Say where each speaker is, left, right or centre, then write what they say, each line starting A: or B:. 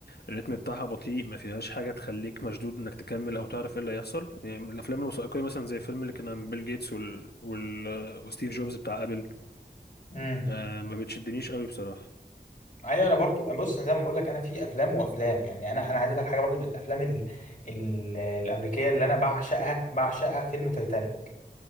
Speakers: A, on the left; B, on the left.
A: الريتم بتاعها بطيء ما فيهاش حاجة تخليك مشدود إنك تكمل أو تعرف إيه اللي هيحصل يعني الأفلام الوثائقية مثلا زي الفيلم اللي كان عن بيل جيتس وال... وال... وستيف جوبز بتاع أبل
B: امم
A: آه ما بتشدنيش قوي بصراحة
B: ايوه انا برضو بص زي ما بقول لك انا في افلام وافلام يعني انا انا عايز اقول لك حاجه برضو من الافلام ال... ال... الامريكيه اللي انا بعشقها بعشقها فيلم تايتانيك